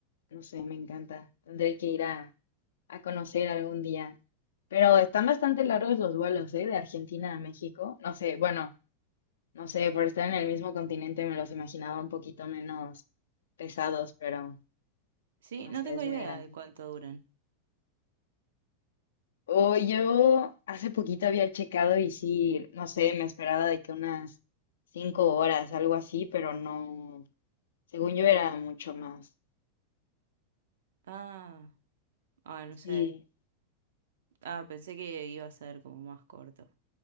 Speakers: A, on the left; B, on the right.
A: no sé, me encanta. Tendré que ir a... a conocer algún día. Pero están bastante largos los vuelos, ¿eh? De Argentina a México. No sé, bueno, no sé, por estar en el mismo continente me los imaginaba un poquito menos pesados, pero
B: Sí,
A: no
B: no
A: sé,
B: tengo
A: es muy
B: idea
A: grande.
B: de cuánto duran.
A: O yo hace poquito había checado y sí, no sé, me esperaba de que unas cinco horas, algo así, pero no, según yo era mucho más.
B: Ah, ah, no sé.
A: Sí.
B: Ah, pensé que iba a ser como más corto.